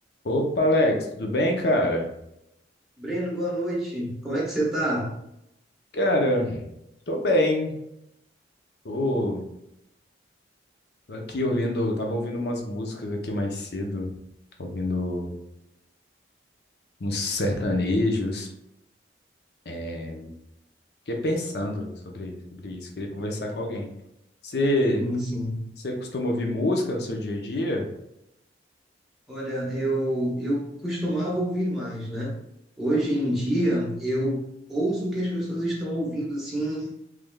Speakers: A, on the left; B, in the centre.
A: Opa, Alex, tudo bem, cara?
B: Breno, boa noite. Como é que você tá?
A: Cara, tô bem. Tô tô aqui ouvindo, tava ouvindo umas músicas aqui mais cedo, ouvindo uns sertanejos. É, fiquei pensando sobre, sobre isso, queria conversar com alguém. Você,
B: Sim, sim.
A: você costuma ouvir música no seu dia a dia?
B: Olha, eu, eu costumava ouvir mais, né? Hoje em dia, eu ouço o que as pessoas estão ouvindo, assim,